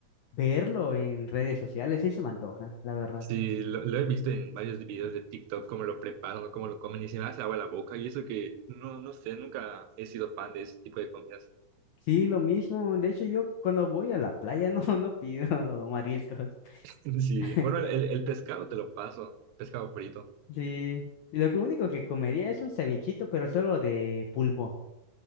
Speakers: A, on the left; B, on the right.
A: verlo en redes sociales sí se me antoja, la verdad.
B: Sí, lo, lo he visto en varios videos de TikTok, cómo lo preparan o cómo lo comen y se me hace agua la boca y eso que no, no sé, nunca he sido fan de ese tipo de comidas.
A: Sí, lo mismo. De hecho, yo cuando voy a la playa <laughs> no, no pido <laughs> mariscos.
B: <laughs> Sí,
A: <laughs>
B: bueno, el, el- el pescado te lo paso, pescado frito.
A: Sí, y lo que único que comería es un cevichito, pero solo de pulpo.